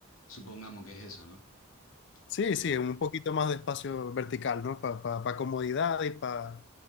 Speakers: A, on the left; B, on the left.
A: supongamos que es eso, ¿no?
B: Sí,
A: Pero,
B: sí, un poquito más de espacio vertical, ¿no? Para comodidad y para